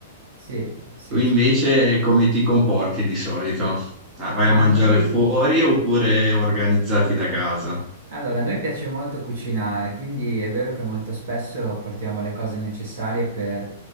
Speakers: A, on the right (about 60°); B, on the right (about 15°).
A: Sì, sì.
B: Tu invece
A: sì.
B: come ti comporti di solito? Ah, vai
A: Ma
B: a mangiare
A: noi
B: fuori oppure organizzati da casa?
A: Allora, a noi piace molto cucinare, quindi è vero che molto spesso portiamo le cose necessarie per